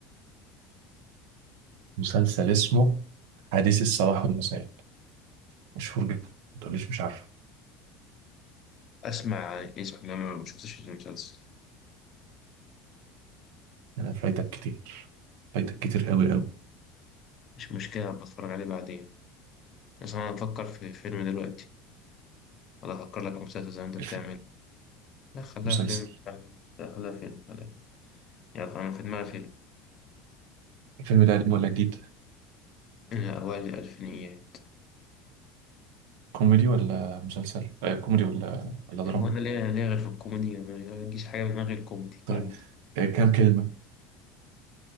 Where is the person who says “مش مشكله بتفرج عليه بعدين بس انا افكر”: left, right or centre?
Left